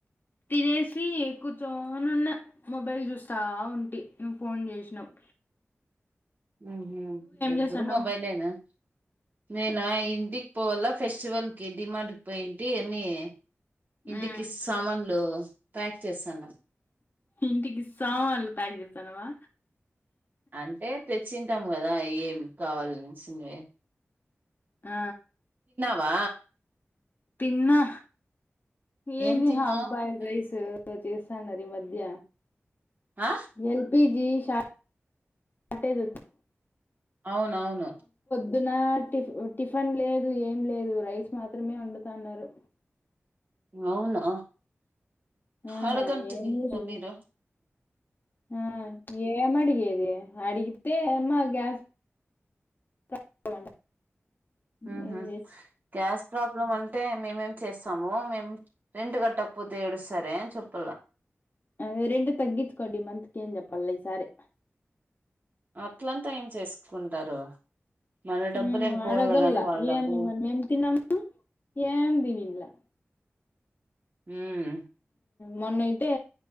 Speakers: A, on the left; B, on the right.
A: తినేసి కూర్చోనున్న మొబైల్ చూస్తా ఉంటి నువ్వు ఫోన్ చేసినావ్.
B: మ్ హు ఎప్పుడు
A: చేస్తాన్నావ్
B: మొబైలేనా నేనా ఇంటికి పోవల్ల ఫెస్టివల్కి డిమార్ట్కి పోయింటి అన్ని ఇంటికి
A: ఉమ్
B: సామాన్లు ప్యాక్ చేస్తాన్నం.
A: ఇంటికి సామాన్లు ప్యాక్ చేస్తాన్నవా
B: అంటే తెచ్చింటాం కదా ఏం కావాలిసినేవి
A: ఆ
B: వా
A: తిన్నా ఏంది
B: ఏం తిన్నావ్
A: హాఫ్ బాయిల్ రైస్ చేస్తాన్నారి మధ్య
B: ఆ
A: ఎల్ పి జి షార్టెజోచ్చి
B: అవునవును.
A: పొద్దున టిఫ టిఫెన్ లేదు ఏం లేదు రైస్ మాత్రమే వండుతాన్నారు.
B: అవునా
A: ఆ
B: అడగంటికి
A: ఏందో చూడు.
B: మీరు
A: ఆ ఏమడిగేది. ఒకే అడిగితే మా గ్యాస్ <unintelligible>
B: ఆహా!
A: ఏం చేసి
B: గ్యాస్ ప్రాబ్లం అంటే మేమేం చేస్తాము. మేము రెంట్ కట్టకపోతే ఏడుస్తరే అన్ చెప్పల్ల
A: అదే రెంట్ తగ్గించుకోండి ఇ మంత్కి అని చెప్పల్ల ఈసారి
B: అట్లంతా ఏం చేసుకుంటారు. మన డబ్బులు
A: మ్
B: ఏం
A: అడగల్లా
B: పోవాల గాని వాళ్ళ డబ్బులు
A: ఏమి మనమేం తిన్నామా ఏం తినిన్ల్లా
B: మ్మ్
A: మొన్నయితే